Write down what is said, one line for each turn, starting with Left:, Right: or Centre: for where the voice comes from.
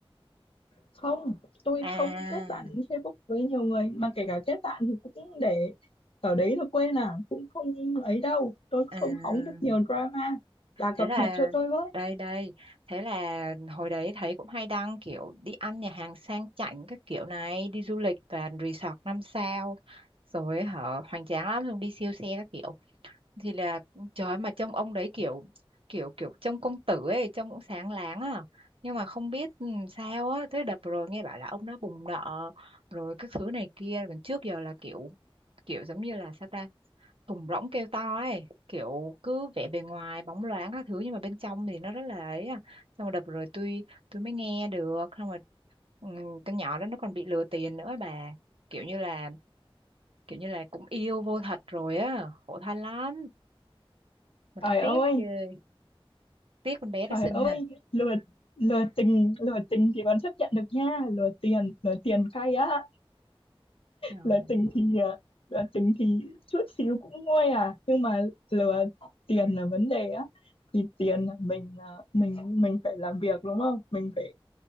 Left: không tôi
Right: à
Left: không kết bạn Facebook với nhiều người mà kể cả kết bạn thì cũng để ở đấy rồi quên à cũng không ấy đâu tôi
Right: à
Left: không hóng được nhiều drama bà cập
Right: thế là
Left: nhật cho tôi với
Right: đây đây thế là hồi đấy thấy cũng hay đăng kiểu đi ăn nhà hàng sang chảnh các kiểu này đi du lịch toàn resort năm sao rồi hở hoành tráng lắm luôn đi siêu xe các kiểu thì là trời ơi, mà trông ông đấy kiểu kiểu kiểu trông công tử ấy trông cũng sáng láng à nhưng mà không biết ừ, sao á thế đợt rồi nghe bảo là ông đã bùng nợ rồi các thứ này kia còn trước giờ là kiểu kiểu giống như là sao ta thùng rỗng kêu to ấy kiểu cứ vẻ bề ngoài bóng loáng các thứ nhưng mà bên trong thì nó rất là ấy à xong rồi đợt rồi tôi tôi mới nghe được xong rồi ừ, con nhỏ đó nó còn bị lừa tiền nữa bà kiểu như là kiểu như là cũng yêu vô thật rồi á khổ thân lắm mà
Left: trời
Right: tôi tiếc
Left: ơi
Right: ghê tiếc con bé đó
Left: trời
Right: xinh
Left: ơi
Right: ha
Left: lừa lừa tình lừa tình thì còn chấp nhận được nha lừa tiền lừa tiền cay á
Right: Trời
Left: lừa tình thì ờ, lừa tình thì chút xíu cũng nguôi à nhưng mà lừa tiền là vấn đề á thì tiền là mình ờ, mình mình phải làm việc đúng không mình phải